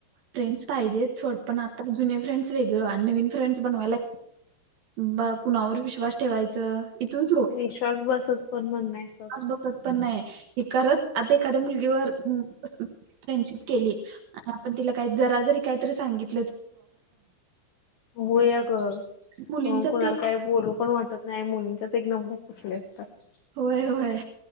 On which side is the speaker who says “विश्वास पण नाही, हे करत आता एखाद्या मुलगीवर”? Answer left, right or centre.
Right